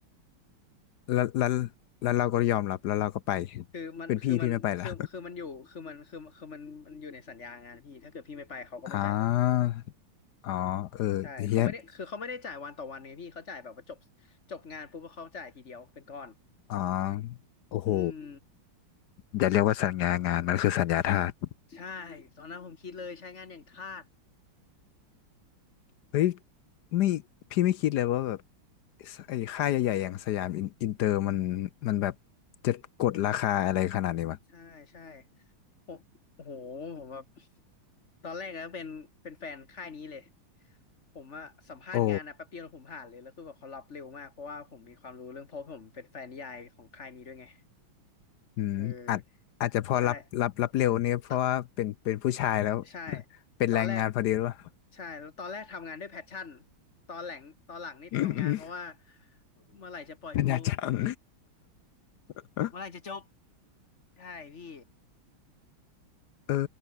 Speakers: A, on the left; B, on the left.
A: แล้วแล้วแล้วเราก็ยอมรับแล้วเราก็ไป
B: คือมันคือมันคือคือมันอยู่คือมันคือคือมันมันอยู่ในสัญญางานพี่ถ้าเกิดพี่ไม่ไปเขาก็ไม่จ่ายตังค์
A: เป็นพี่พี่ไม่ไปละ <laughs> อ่าอ๋อเออเฮีย
B: ใช่เขาไม่ได้คือเขาไม่ได้จ่ายวันต่อวันไงพี่เขาจ่ายแบบว่าจบจบงานปุ๊บเขาจ่ายทีเดียวเป็นก้อน
A: อ๋อ โอ้โห
B: อืม
A: อย่าเรียกว่าสัญญางานมันคือสัญญาทาส
B: ใช่ตอนนั้นผมคิดเลยใช้งานอย่างทาส
A: เฮ้ยไม่พี่ไม่คิดเลยว่าแบบสไอ้ค่ายใหญ่ๆอย่างสยามอินอินเตอร์มัน มันแบบจะกดราคาอะไรขนาดนี้วะ
B: ใช่ใช่ผมโอ้โหผมแบบตอนแรกก็เป็นเป็นแฟนค่ายนี้เลยผมอะสัมภาษณ์งานอะแป๊บเดียวผมผ่านเลยแล้วคือแบบเขารับเร็วมากเพราะว่าผมมีความรู้เรื่องเพราะผมเป็นแฟนนิยายของค่ายนี้ด้วยไง
A: โอ้อืมอาจอาจจะพอรับรับรับเร็วเนี่ยเพราะว่าเป็นเป็นผู้ชายแล้ว
B: เออใช่ตอนใช่
A: <laughs> เป็นแรงงานพอดีหรือเปล่า
B: ตอนแรกใช่แล้วตอนแรกทำงานด้วยแพชชั่นตอนหลังตอนหลังนี่ทำงานเพราะว่า
A: <laughs>
B: เมื่อไหร่จะปล่อยกู
A: สัญญาจัง <laughs>
B: เมื่อไหร่จะจบใช่พี่
A: เออ